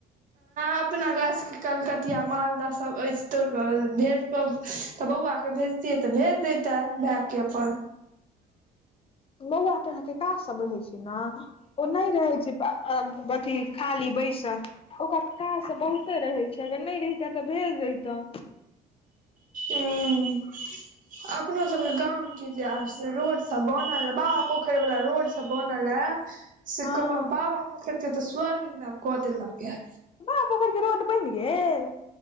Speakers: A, on the right; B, on the left.
A: अपना गाछ के कलकतिया मालदह सब अछि तोड़िकऽ भेज क तऽ बौआ के भेज से तऽ भेज देता भाय के अपन
B: बौआ त अहाँके काज सब रहै छै ने ओ नहि रहै छै अथी खाली बैसल ओकरा काज सब बहुते रहैत छै अगर नहि रहिते तऽ भेज दैतहु
A: ह अपनो सबके गाम के जे आब से रोड सब बनल बा पोखरि वाला रोड बनल ह से
B: हँ
A: कहब बाबा पोखर के तऽ स्वर्ग जेनाब कऽ देलक य
B: बाप पोखरि के रोड बनि गेल